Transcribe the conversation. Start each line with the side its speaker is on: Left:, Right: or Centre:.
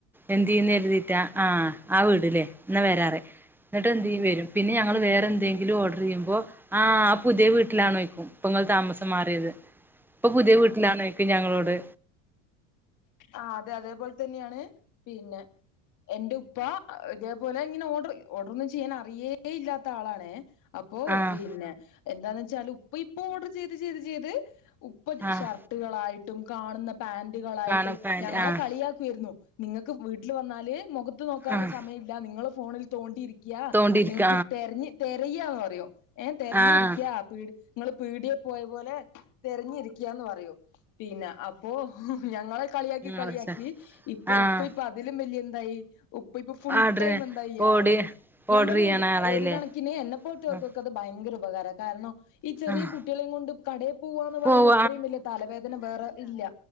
Centre: എന്തെയ്യുന്നര്തീറ്റാ ആഹ് ആ വീട് ല്ലേ ന്നാ വരാറി ന്നട്ട് എന്തെയ്യും വരും പിന്നെ ഞങ്ങൾ വേറെ എന്തെങ്കിലും ഓർഡർ ചെയ്യുമ്പോ ആഹ് ആ പുതിയ വീട്ടിലാണോയ്ക്കും പെ താമസം മാറിയത് ഇപ്പൊ പുതിയ വീട്ടിലണക്കും ഞങ്ങളോട്.
Left: ആഹ് അതെ അതേപോലെ തന്നെയാണ് പിന്നെ. എന്റെ ഉപ്പ ഇതേപോലെ ഇങ്ങനെ ഓർഡർ ഓർഡർ ഒന്നും ചെയ്യാൻ അറിയേ ഇല്ലാത്ത ആളാണ് അപ്പോ
Centre: ആഹ്
Left: പിന്നെ എന്താന്ന് വെച്ചാല് ഉപ്പ ഇപ്പൊ ഓഡർ ചെയ്ത് ചെയ്ത് ചെയ്ത് ഉപ്പ
Centre: ആഹ്
Left: ഷർട്ടുകളായിട്ടും കാണുന്ന പാന്റുകളായിട്ടും
Centre: കാണും പാന്റ്
Left: ഞങ്ങളെ
Centre: ആഹ്
Left: കളിയാക്കിയിരുന്നു നിങ്ങൾക്ക് വീട്ടിൽ വന്നാല് മുഖത്ത് നോക്കാൻ
Centre: ആഹ്
Left: സമയല്ലാ നിങ്ങൾ ഫോണിൽ തോണ്ടിയിരിക് യാ
Centre: തോണ്ടിയിരിക്ക
Left: നിങ്ങക്ക് തെര്ഞ് തെരയാന്ന് പറയോ എ തെര്നിരിക്ക്യ
Centre: ആഹ്
Left: പിട് ഇങ്ങൾ പീടിയെ പോയ പോലെ തെരഞ്ഞിരിക്ക്യാന്ന് പറയും പിന്നെ അപ്പോ ഞങ്ങളെ കളിയാക്കി കളിയാക്കി
Centre: ആഹ്
Left: ഇപ്പൊ
Centre: ആഹ്
Left: ഉപ്പ ഇപ്പൊ അതിലും വെലിയ എന്തായി ഉപ്പ ഇപ്പൊ ഫുൾ
Centre: ആഹ്
Left: ടൈം എന്തായ്യാ
Centre: ഓർഡർ
Left: ഞാൻ
Centre: ഓർഡർ
Left: പറയും
Centre: ചെയ്യണ ആളായില്ലേ
Left: ഒരു കണക്കിന് എന്നെ പോൽതോർകൊക്കെ
Centre: ആഹ്
Left: അത് ഭയങ്കര ഉപകാര കാരണം. ഈ ചെറിയ
Centre: ആഹ്
Left: കുട്ടിളീം കൊണ്ട് കടെയ് പോവാന്ന് പറയുന്ന
Centre: പോവ
Left: ഇത്രയും വലിയ തലവേദന വേറെ ഇല്ല